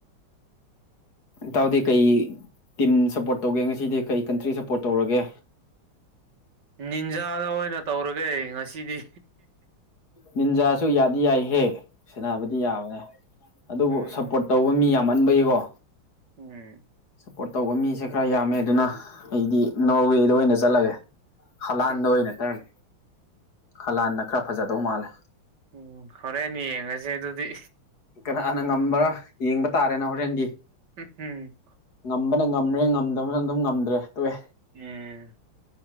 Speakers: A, on the left; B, on the right.
A: ꯏꯇꯎꯗꯤ ꯀꯩ ꯇꯤꯝ ꯁꯞꯄꯣꯔꯠ ꯇꯧꯒꯦ ꯉꯁꯤꯗꯤ ꯀꯩ ꯀꯟꯇ꯭ꯔꯤ ꯁꯞꯄꯣꯔꯠ ꯇꯧꯔꯒꯦ
B: ꯅꯤꯟꯖꯥꯗ ꯑꯣꯏꯅ ꯇꯧꯔꯒꯦ ꯉꯁꯤꯗꯤ
A: ꯅꯤꯟꯖꯥꯁꯨ ꯌꯥꯗꯤ ꯌꯥꯏꯍꯦ ꯁꯦꯅꯕꯗꯤ ꯌꯥꯕꯅꯦ ꯑꯗꯨꯕꯨ
B: ꯎꯝ
A: ꯁꯞꯄꯣꯔꯠ ꯇꯧꯕ ꯃꯤ ꯌꯥꯝꯃꯟꯕꯩꯀꯣ
B: ꯎꯝ
A: ꯁꯞꯄꯣꯔꯠ ꯇꯧꯕ ꯃꯤꯁꯦ ꯈꯔ ꯌꯥꯝꯃꯦ ꯑꯗꯨꯅ ꯑꯩꯗꯤ ꯅꯣꯔꯋꯦꯗ ꯑꯣꯏꯅ ꯆꯠꯂꯒꯦ ꯍꯂꯥꯟꯗ
B: ꯎꯝ
A: ꯗ ꯑꯣꯏꯅ <unintelligible> ꯍꯂꯥꯟꯗꯅ ꯈꯔ ꯐꯖꯗꯧ ꯃꯥꯜꯂꯦ
B: ꯎꯝ ꯍꯣꯔꯦꯟ ꯌꯦꯡꯉꯁꯦ ꯑꯗꯨꯗꯤ
A: ꯀꯅꯥꯅ ꯉꯝꯕ꯭ꯔꯥ ꯌꯦꯡꯕ ꯇꯥꯔꯦꯅ ꯍꯣꯔꯦꯟꯗꯤ
B: <inaudible>
A: ꯉꯝꯕꯅ ꯉꯝꯔꯦ ꯉꯝꯗꯕꯅ ꯑꯗꯨꯝ ꯉꯝꯗ꯭ꯔꯦ ꯇꯣꯛꯑꯦ
B: ꯎꯝ